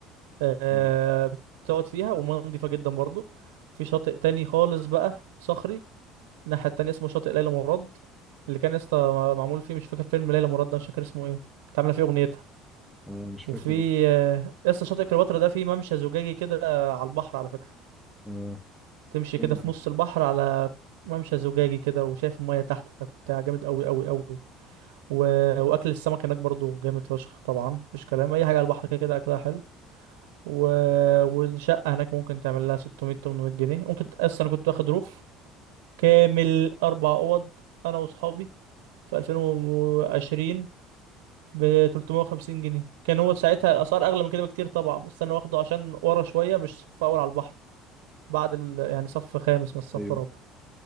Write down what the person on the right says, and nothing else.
آه،
بتقعد فيها والميه نضيفه جدا برضو في شاطئ تاني خالص بقى صخري الناحيه التانيه اسمه شاطئ ليلى مراد اللي كان يا اسطى معمول فيه مش فاكر فيلم ليلى مراد ده مش فاكر اسمه ايه كانت عامله فيه اغنيتها
وفي
آه، يا اسطى شاطئ كليوباترا ده فيه ممشى زجاجي كده على البحر على فكره
تمشي
كده في
نص البحر على ممشى زجاجي كده وشايف المية تحتك وبتاع جامد قوي قوي قوي و... واكل السمك هناك برضو جامد فشخ طبعا مفيش كلام اي حاجة على البحر كده كده اكلها حلو و... والشقة هناك ممكن تعمل لها 600 800 جنيه ممكن ت- اصلا انا كنت واخد روف كامل اربع اوض انا واصحابي في 2020 ب 350 جنيه كان هو ساعتها الاسعار اغلى من كده بكتير طبعا بس انا واخده عشان ورا شوية مش صف اول على البحر بعد ال... يعني صف خامس مش صف
رابع